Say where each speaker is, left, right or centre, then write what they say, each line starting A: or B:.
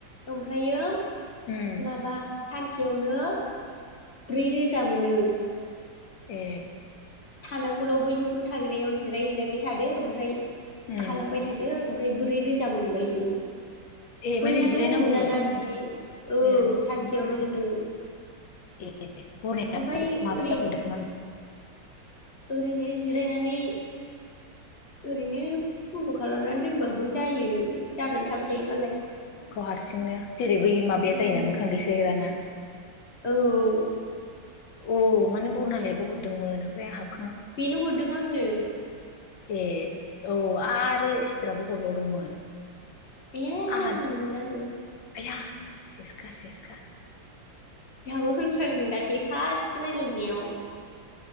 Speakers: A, on the left (about 45°); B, on the left (about 85°).
A: ओमफ्रायो
B: उम
A: माबा सानसेयावनो ब्रै रोजा मोनो
B: ए
A: थानांगौल' बै ज' ज' थाग्रायाव जिरायहैनानै थादो ओमफ्राय
B: उम
A: खालामबाय थादो ओमफ्राय ब्रै रोजा मोनबायबो
B: ए माने
A: बैनाथ'
B: जिरायनांगौल'
A: मोनाना बिदि औ
B: ए
A: सानसेयावनो
B: मोखां देखाय
A: मोनो
B: ए बरनायाव
A: ओमफाय
B: माबायाव
A: ओरै
B: हरदोंमोन
A: ओरैनो जिरायनानै ओरैनो बन्द' खालामनानै दोनबाबो जायो जानानै थाबाय थायो मालाय।
B: खौ हारसिंनो जेरै बै माबाया
A: उम
B: जायोना मोखां देखायग्राना
A: औ
B: अ माने बरनालेआबो हरदोंमोन ओमफ्राय आं हाब
A: बेनो हरदों आंनो।
B: ए औ आरो इसथ्राबो हरबावदोंमोन।
A: <unintelligible>
B: आंहा
A: नाम होनो मोनानो।
B: आया सेसखा सेसखा।
A: जोहाबो होनफ्लांदों दाख्लि फार्स्ट रायलायनायाव।